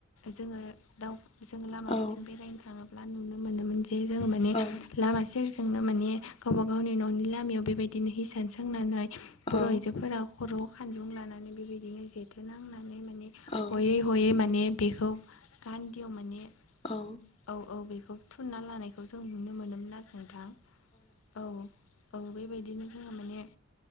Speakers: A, on the left (about 80°); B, on the left (about 30°).
A: जोङो दाउ जों लामाफोरजों
B: औ
A: बेरायनो थाङोब्ला नुनो मोनोमोन जे जोङो माने
B: औ
A: लामा सेरजोंनो माने गावबा गावनि न'नि लामायाव बेबायदिनो हिसान सोंनानै बर'
B: औ
A: आइजोफोरा खर' खानजुं लानानै बेबायदिनो जेथो नांनानै माने
B: औ
A: हयै- हयै माने बेखौ गान्दियाव माने
B: औ।
A: औ औ बेखौ थुनना लानायखौ जों नुनो मोनोमोन आरो नोंथां औ। औ बेबायदिनो जोङो माने